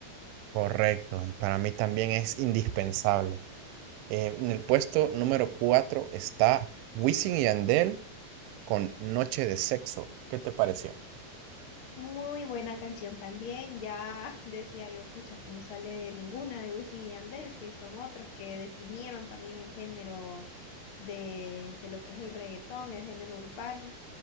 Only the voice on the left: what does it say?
Muy buena canción también. Ya <laughs> decía yo, pucha, que no sale ninguna de Wisin y Yandel, si son otros que definieron también el género de, de lo que es el reggaetón, el género urbano.